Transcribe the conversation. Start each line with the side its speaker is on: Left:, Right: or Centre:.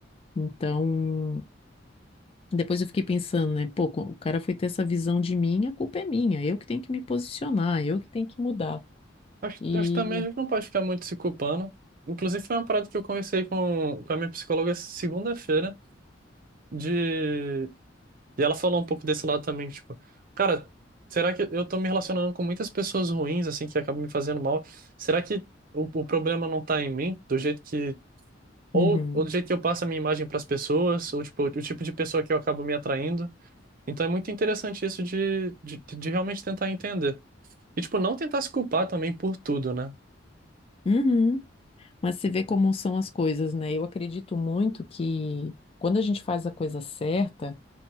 Left: Então, depois eu fiquei pensando, né? Pô, co- o cara foi ter essa visão de mim, a culpa é minha, eu que tenho que me posicionar, eu que tenho que mudar.
Right: Acho,
Left: E.
Right: acho que também a gente não pode ficar muito se culpando. Inclusive, foi uma parada que eu conversei com, com a minha psicóloga segunda-feira, de... e ela falou um pouco desse lado também, tipo, cara, será que eu tô me relacionando com muitas pessoas ruins, assim, que acabam me fazendo mal? Será que o, o problema não tá em mim, do jeito que... Ou,
Left: Uhum,
Right: ou do jeito que eu passo a minha imagem pras pessoas, ou, tipo, o tipo de pessoa que eu acabo me atraindo? Então, é muito interessante isso de, de, de realmente tentar entender. E, tipo, não tentar se culpar também por tudo, né?
Left: uhum. Mas você vê como são as coisas, né? Eu acredito muito que quando a gente faz a coisa certa,